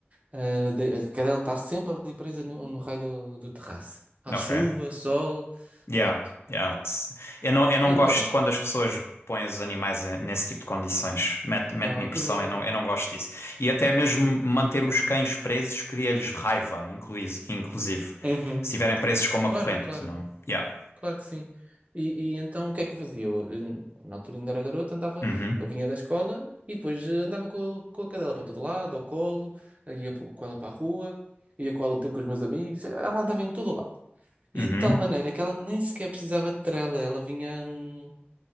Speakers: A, on the right; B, on the left.
A: Ah, de- a cadela está sempre ali presa no, no raio do, do terraço. À
B: ok.
A: chuva, sol,
B: Yeah,
A: pronto.
B: yeah. Tss. Eu não, eu não
A: Então.
B: gosto quando as pessoas põem os animais em- nesse tipo de condições. Mete,
A: Não,
B: mete-me
A: aquilo.
B: impressão, eu não, eu não gosto disso. E até mesmo manter os cães presos cria-lhes raiva, inclui- inclusive.
A: Uhum.
B: Se estiverem presos com uma
A: Claro,
B: corrente,
A: claro,
B: não? Yeah.
A: claro que sim. E, e então o que é que eu fazia? Eu, eu, na altura ainda era garoto, andava,
B: Uhum.
A: eu vinha da escola e depois eh, andava com, a- com a cadela para todo lado, ao colo, eh, ia p- com ela para a rua, ia com ela ter com os meus amigos, ela andava em todo lado. E
B: Uhum,
A: de tal maneira que ela nem sequer precisava de trela, ela vinha, hum,